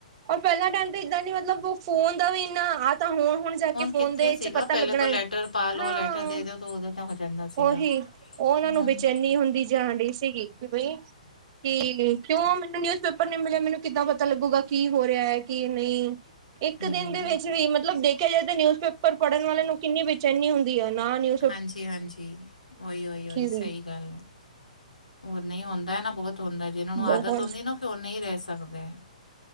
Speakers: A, on the right; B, on the left.
A: ਔਰ ਪਹਿਲਾ ਟਾਈਮ ਤੇ ਇਦਾਂ ਸੀ ਮਤਲਬ ਉਹ ਫੋਨ ਦਾ ਵੀ ਇੰਨਾ, ਆਹ ਤਾਂ ਹੁਣ ਹੁਣ ਜਾ ਕੇ ਫੋਨ
B: ਕਿੱਥੇ
A: ਦੇ ਵਿੱਚ
B: ਸੀਗਾ
A: ਪਤਾ
B: ਪਹਿਲੇ
A: ਲੱਗਣਾ,
B: ਤੋਂ ਲੈਟਰ ਪਾ ਲਓ
A: ਹਾਂ,
B: ਲੈਟਰ ਦੇ ਦਿਓ ਤਾਂ ਉਹਦੇ ਤਾਂ ਹੋ ਜਾਂਦਾ ਸੀਗਾ
A: ਉਹੀ ਔ ਉਹਨਾਂ ਨੂੰ
B: ਹੁਣ
A: ਬੇਚੈਨੀ ਹੁੰਦੀ ਜਾਣ ਡਈ ਸੀਗੀ, ਕਿ ਬਈ ਕਿ ਕਿਉਂ ਮੈਨੂੰ ਨਿਊਜ ਪੇਪਰ ਨੀ ਮਿਲਿਆ, ਮੈਨੂੰ ਕਿੱਦਾਂ ਪਤਾ ਲੱਗੂਗਾ ਕੀ ਹੋ ਰਿਹਾ ਹੈ ਕੀ ਨਹੀਂ ਇੱਕ
B: ਨਹੀਂ
A: ਦਿਨ ਦੇ ਵਿੱਚ ਵੀ ਮਤਲਬ ਦੇਖਿਆ ਜਾਏ ਤੇ, ਨਿਊਜ਼ਪੇਪਰ ਪੜ੍ਹਨ ਵਾਲਿਆਂ ਨੂੰ ਕਿੰਨੀ ਬੇਚੈਨੀ ਹੁੰਦੀ ਹੈ, ਨਾ ਨਿਊ
B: ਹਾਂਜੀ, ਹਾਂਜੀ, ਔਹੀ, ਔਹੀ, ਔਹੀ ਸਹੀ
A: ਸੀ
B: ਗੱਲ ਏ, ਉਹ ਨਹੀਂ ਹੁੰਦਾ ਨਾ ਬਹੁਤ ਹੁੰਦਾ, ਜਿਨਾਂ ਨੂੰ ਆਦਤ
A: ਬਹੁਤ
B: ਹੁੰਦੀ ਨਾ ਫਿਰ ਉਹ ਨਹੀਂ ਰਹਿ ਸਕਦੇ ਏ